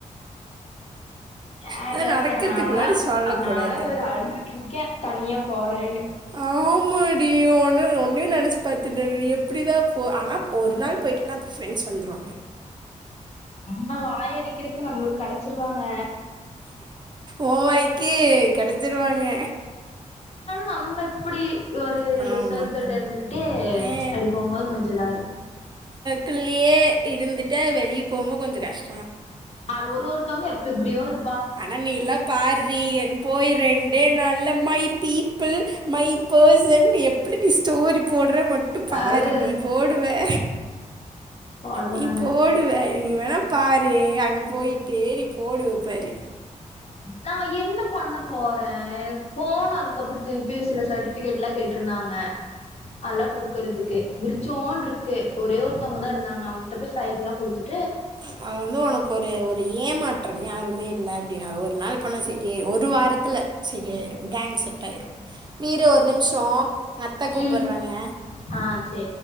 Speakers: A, on the left; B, on the right.
A: ஏ
B: அதா
A: கேக்குற
B: நடக்கறதுக்கு
A: நாலா
B: முன்னாடி சொல்லக்
A: நாலா
B: கூடாது
A: வேற அழுதுட்டு இருக்கே தனியா போறேன்னு
B: ஆமாடி ஒன்ன ஒன்னயு நெனச்சு பாத்துட நீ எப்டிதா ஓ ஆனா ஒரு நாள் போய்ட்டனா ஃப்ரெண்ட்ஸ் வந்துருவாங்க
A: ஆ வாய் அடிக்கிறதுக்கு நம்ளுக்கு கெடச்சிர்வாங்க
B: ஓ வாய்க்கு கெடச்சிருவாங்க
A: நம்ப இப்பிடி ஒரு
B: ஆமா
A: சர்க்கிள்ல இருந்துட்டு
B: ஆ
A: ச்ச அப்டி போம்போது கொஞ்சோ இதா இரு
B: குள்ளியே இருந்துட்டா வெளியே போம்போது கொஞ்சோ கஷ்
A: ஆ ஒரு ஒருத்தௌங்க எப் எப்டியோ இரு
B: ஆனா நீல்லா பார்றி என் போயிரே டே நல்லா மை பீப்பிள் மை பர்சன் எப்டி நீ ஸ்டோரி போ ட்ற மட்டு பாரு
A: அது
B: நீ போடுவே
A: போடுறாங்க
B: நீ போடுவே நீ வேணா பாரு அங்க போயிட்டு நீ போடுவா பாரு
A: நா என்ன பண்ண போறே எனக்கு போன அதுக்கப்பற திருப்பியு சில சர்டிஃபிகேட்லா கேட்டிருந்தாங்க அல்லா குடுக்குறதுக்கு விரிச்சோன்ட்டுருக்கு ஒரே ஒருத்தௌங்கதா இ த நாங்க அவுங்கிட்ட போயி சைலனா குடுத்து
B: ச்ச அதுவு அவனுக்கொரு ஒரு ஏமா ட்றவு யாருமே இல்ல டியா ஒரு நாள் போனா செரி ஆயி ஒரு வாரத் தில்ல செரியாயிரு கேங் செட்டாயிரு வீரு ஒர் நிம்ஷோ எ அத்த கூப்புறாயிங்க
A: ம் ஆ சேரி